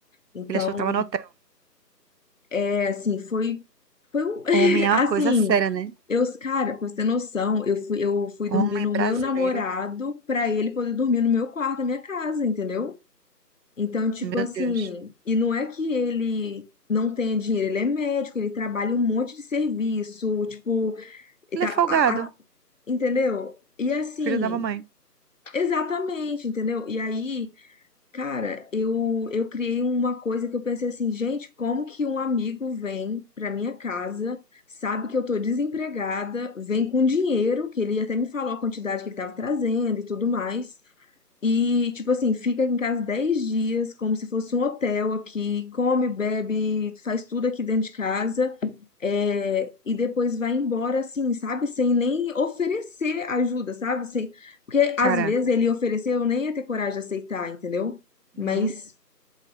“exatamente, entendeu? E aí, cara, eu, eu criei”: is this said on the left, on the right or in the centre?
Left